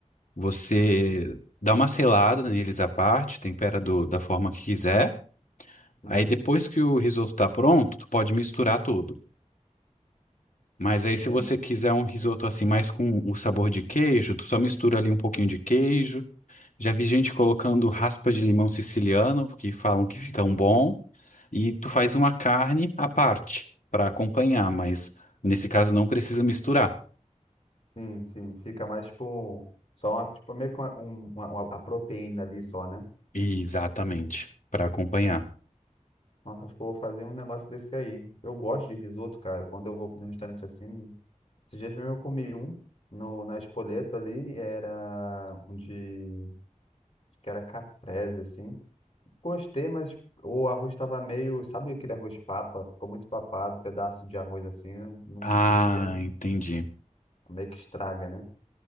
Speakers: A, on the left (about 75°); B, on the left (about 55°).
A: Você dá uma selada neles à parte, tempera do- da forma que quiser.
B: uhum.
A: Aí depois que o risoto tá pronto, tu pode misturar tudo. Mas aí
B: Entendi.
A: se você quiser um risoto assim mais com o sabor de queijo, tu só mistura ali um pouquinho de queijo Já vi gente colocando raspa de limão siciliano, que falam que
B: Hum.
A: fica um bom, e tu faz uma carne à parte para acompanhar, mas nesse caso não precisa misturar.
B: Sim, sim, fica mais tipo só uma, tipo, meio que uma, um- uma- uma- a proteína ali só, né?
A: Exatamente, para acompanhar.
B: Nossa, acho que eu vou fazer um negócio desse aí, hein? Eu gosto de risoto, cara. Quando eu vou num restaurante assim, esses dias mesmo eu comi um no, na Spoleto ali, era um de, acho que era caprese, assim. Gostei, mas o arroz estava meio, sabe aquele arroz papa? Ficou muito papado, pedaço de arroz assim, eu não,
A: Ah,
B: não gostei,
A: entendi.
B: meio que estraga, né?